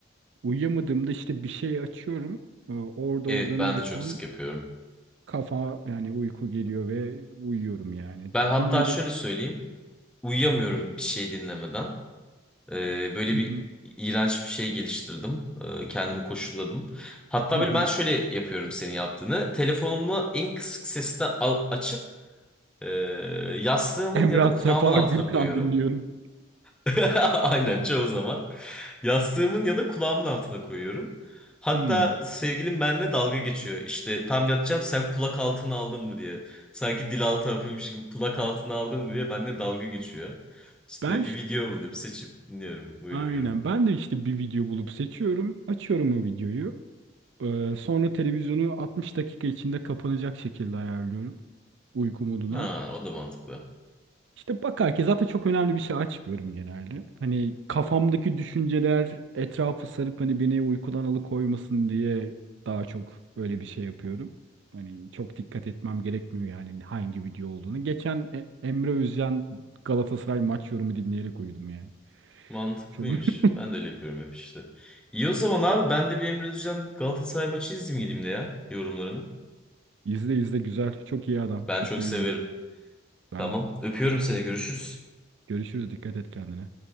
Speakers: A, on the right; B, in the centre.
A: uyuyamadığımda işte bir şey açıyorum. Ee, orada
B: Evet
A: o dönerken
B: ben de çok sık yapıyorum.
A: kafa yani uyku geliyor ve uyuyorum yani.
B: Ben hatta
A: Dün gece...
B: şöyle söyleyeyim. Uyuyamıyorum bir şey dinlemeden. Ee, böyle
A: Hı hı.
B: bir iğrenç bir şey geliştirdim. Ee, kendimi koşulladım. Hatta
A: Hı hı.
B: böyle ben şöyle yapıyorum senin yaptığını. Telefonumu en kısık sesten al- açıp e, yastığımın
A: Emrah
B: ya da
A: Sefa
B: kulağımın altına
A: Gürkan
B: koyuyorum.
A: dinliyorum.
B: <laughs> Aynen çoğu zaman. Yastığımın ya da kulağımın altına koyuyorum. Hatta
A: Hmm.
B: sevgilim benimle dalga geçiyor. İşte tam yatacağım sen kulak altına aldın mı diye. Sanki dil altı hapıymış gibi kulak altına aldın mı diye benimle dalga geçiyor. İşte
A: Ben ş-
B: bir video bulup seçip dinliyorum. Böyle
A: aynen
B: uyuyorum.
A: ben de işte bir video bulup seçiyorum. Açıyorum o videoyu. Ee, sonra televizyonu 60 dakika içinde kapanacak şekilde ayarlıyorum uyku moduna.
B: Ha o da mantıklı.
A: İşte bakar ki zaten çok önemli bir şey açmıyorum genelde. Hani kafamdaki düşünceler etrafı sarıp hani beni uykudan alıkoymasın diye daha çok öyle bir şey yapıyorum. Hani çok dikkat etmem gerekmiyor yani hangi video olduğunu. Geçen E- Emre Özcan Galatasaray maç yorumu dinleyerek uyudum yani.
B: Mantıklıymış.
A: Çok <laughs>
B: Ben de öyle yapıyorum hep işte. İyi o zaman abi ben de bir Emre Özcan Galatasaray maçı izleyeyim gideyim de ya yorumlarını.
A: izle izle güzel. Çok iyi adam.
B: Ben
A: Çok
B: çok
A: iyi
B: severim.
A: yorum. Ben
B: Tamam.
A: de.
B: Öpüyorum seni. Görüşürüz.
A: Görüşürüz. Dikkat et kendine.